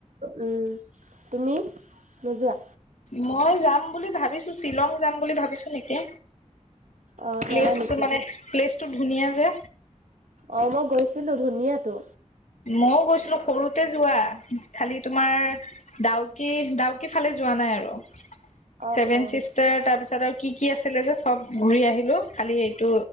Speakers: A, on the right; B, on the left.
A: উম তুমি নোযোৱা
B: মই যাম বুলি ভাবিছো শ্বিলং যাম বুলি ভাবিছো নেকি
A: অ',
B: প্লেচটো
A: জানা নেকি?
B: মানে প্লেচটো ধুনীয়া যে
A: অ' মই গৈছো। কিন্তু ধুনীয়া টো
B: মইও গৈছিলো সৰুতে যোৱা খালি তোমাৰ ডাউকি ডাউকি ফালে যোৱা নাই আৰু
A: অ',
B: ছেভেন
A: অ',
B: চিষ্টাৰ তাৰপিছত আৰু কি কি আছিলে যে চব ঘূৰি আহিলো খালি এইটো